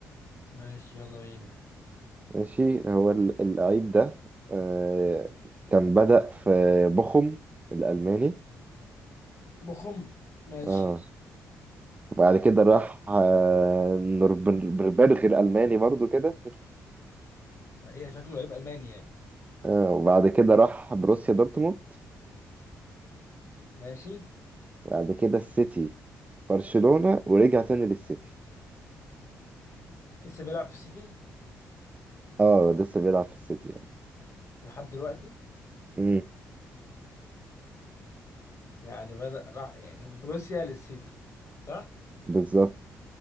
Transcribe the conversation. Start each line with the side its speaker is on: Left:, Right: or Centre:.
Left: ماشي يلا بينا
Right: ماشي هو ال- اللعيب ده آه كان بدأ في بوخم الألماني
Left: بخم ماشي
Right: اه وبعد كده راح آه نوربربرغ الألماني برضو كده
Left: بقى ايه شكله لعيب ألماني يعني
Right: آه وبعد كده راح بروسيا دورتموند
Left: ماشي
Right: وبعد كده السيتي برشلونة ورجع تاني للسيتي
Left: لسه بيلعب في السيتي
Right: اه لسه بيلعب في السيتي اه
Left: لحد دلوقتي
Right: امم
Left: يعني بدأ راح يعني من بروسيا للسيتي صح
Right: بالظبط